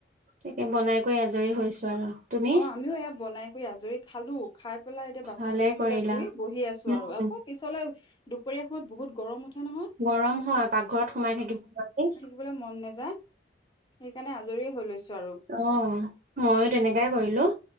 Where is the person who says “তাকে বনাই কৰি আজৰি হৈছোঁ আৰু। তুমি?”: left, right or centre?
Right